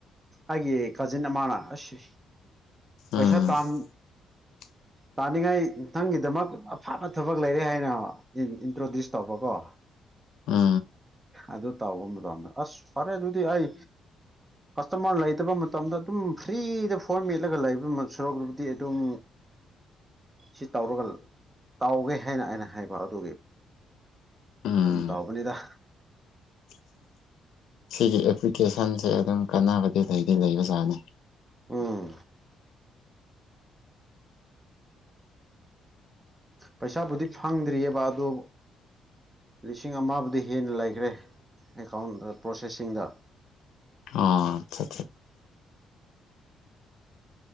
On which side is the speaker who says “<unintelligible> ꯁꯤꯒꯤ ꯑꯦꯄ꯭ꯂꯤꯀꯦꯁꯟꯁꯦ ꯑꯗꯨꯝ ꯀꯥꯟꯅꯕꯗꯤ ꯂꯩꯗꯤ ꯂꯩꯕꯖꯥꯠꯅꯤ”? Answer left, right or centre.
Left